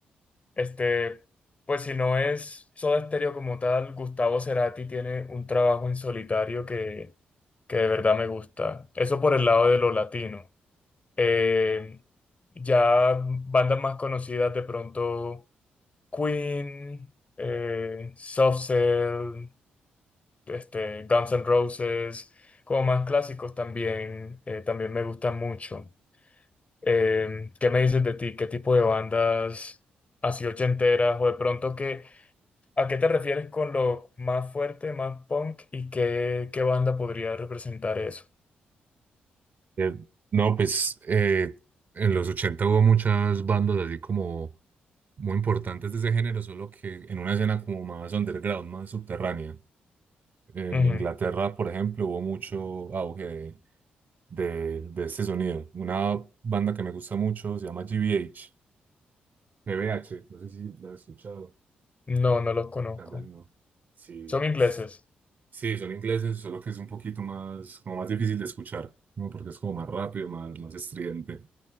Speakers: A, on the left; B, on the right.
A: este, pues si no es Soda Stereo como tal, Gustavo Cerati tiene un trabajo en solitario que, que de verdad me gusta. Eso por el lado de lo latino. Em, ya bandas más conocidas de pronto. Queen, eh, Soft Cell, este, Guns N' Roses, como más clásicos también, eh, también me gustan mucho. Eh, ¿qué me dices de ti? ¿Qué tipo de bandas así ochenteras o de pronto qué, a qué te refieres con lo más fuerte, más punk y qué, qué banda podría representar eso?
B: Eh, no, pues eh, en los 80 hubo muchas bandas así como muy importantes de ese género, solo que en una escena como más underground, más subterránea. En
A: Ujú.
B: Inglaterra, por ejemplo, hubo mucho auge de, de, de este sonido. Una banda que me gusta mucho se llama GBH, GBH, no sé si la has escuchado,
A: No, no los conozco.
B: tal vez no. Sí,
A: ¿Son ingleses?
B: s- sí, son ingleses, solo que es un poquito más, como más difícil de escuchar, ¿no? Porque es como más rápido, más, más estridente.